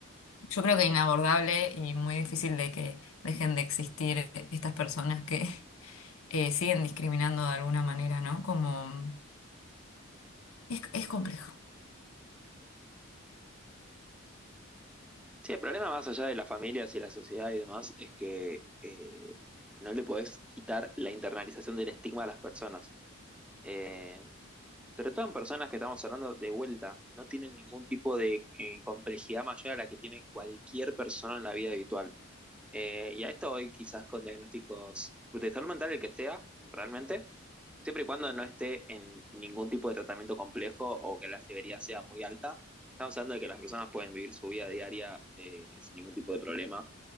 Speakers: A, on the left; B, in the centre.
A: yo creo que inabordable y muy difícil de que dejen de existir estas personas que eh, siguen discriminando de alguna manera, ¿no? Como es, es complejo.
B: Sí, el problema más allá de las familias y la sociedad y demás es que eh, no le podés quitar la internalización del estigma a las personas. Eh, sobre todo en personas que estamos hablando de vuelta, no tienen ningún tipo de eh, complejidad mayor a la que tiene cualquier persona en la vida habitual. Eh, y a esto hoy quizás con diagnósticos de salud mental, el que sea, realmente, siempre y cuando no esté en ningún tipo de tratamiento complejo o que la severidad sea muy alta. Estamos hablando de que las personas pueden vivir su vida diaria eh, sin ningún tipo de problema